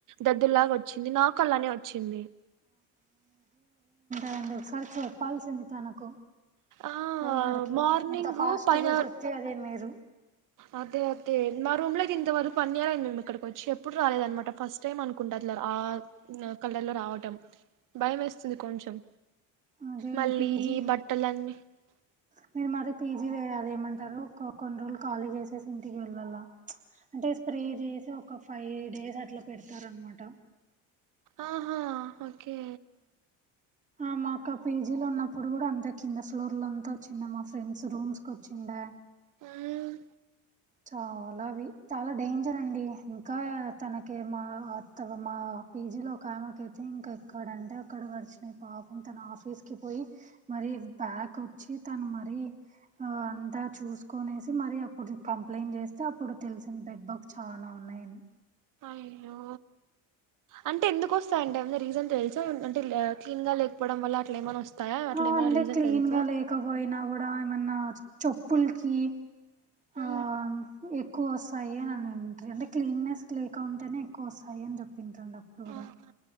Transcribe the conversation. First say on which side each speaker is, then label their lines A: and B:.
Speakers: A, on the right; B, on the right.
A: దద్దులాగా వచ్చింది నాకలానే వచ్చింది
B: ఫ్రెండ్ ఒకసారి చెప్పాల్సింది తనకు
A: ఆ
B: ఓనర్కి
A: మార్నింగ్
B: ఎంత ఫాస్ట్గా
A: పైన
B: జెప్తే అది మేరు
A: అదే అదే మా రూమ్ లో ఇంత వరకు వన్ ఇయర్ అయింది మేము ఇక్కడికి వచ్చి ఎప్పుడు రాలేదు అన్నమాట ఫస్ట్ టైమ్ అనుకుంటా అట్ల ఆ కలర్లో రా వటం భయం యేస్తుంది కొంచెం
B: అదేం
A: మళ్ళీ
B: పీజీయే
A: <inaudible>
B: మీరు మరి పీజీ వేయి అదేమంటారు కొన్ని రోజులు ఖాళీ జేసేసి ఇంటికి వెళ్ళాలా అంటే స్ప్రే జేసి ఒక ఫైవ్ డేస్ అట్లా పెడతారు అన్నమాట
A: ఆహా ఓకే
B: ఆ మా అక్క పీజీలో ఉన్నప్పుడు గూడా అంతే కింద ఫ్లోర్లు అంతా వచ్చింది మా ఫ్రెండ్స్ రూమ్స్ కి వచ్చిండే
A: మ్మ్
B: చాలవి చాలా డేంజర్ అండి ఇంకా తనకి మా అత్త మా పీజీ లో ఒక ఆమకయితే ఇంక ఎక్కడంటే అక్కడ కరిచిన పాపం తన ఆఫీస్ కి పోయి మర్ మరి బ్యాగ వచ్చి తను మరి ఆ అంతా చూసుకోనేసి మరి అప్పుడు కంప్లైంట్ చేస్తే అప్పుడు తెలిసింది బెడ్ బాక్ చాలా ఉన్నాయని
A: అయ్యో అంటే ఎందుకు వస్తాయి అంటే ఏమన రీజన్ తెలుసా అంటే క్లీన్ గా లేకపోవడం వల్ల అట్లా ఏమైనా వస్తాయా అట్లా
B: ఆ
A: ఏమైనా
B: అందే
A: రీజన్
B: క్లీన్
A: తెలుసా
B: గా లేకపోయినా కూడా ఏమన్నా చప్పల్కి
A: మ్మ్.
B: ఆ ఎక్ ఎక్కువ వస్తాయి అని అంటరు అంటే క్లీన్నెస్ లేక ఉంటేనే ఎక్కువ వస్తాయి అని చెప్పింటారండి అప్పుడు కూడా
A: ఆహా.